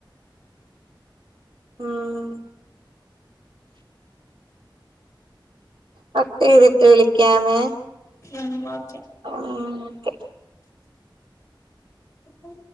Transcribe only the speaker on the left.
ഉം <unintelligible>
ഇപ്പം